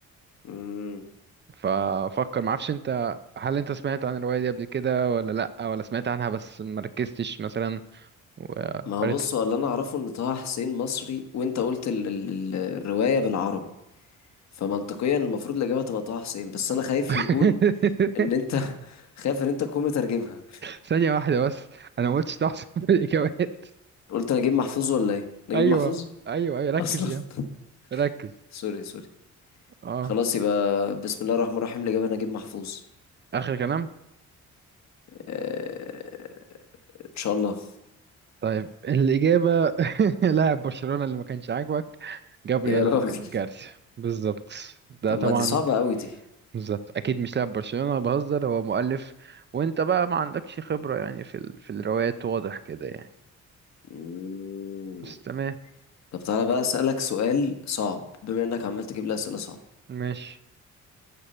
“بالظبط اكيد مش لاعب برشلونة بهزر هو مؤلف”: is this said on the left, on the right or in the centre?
Right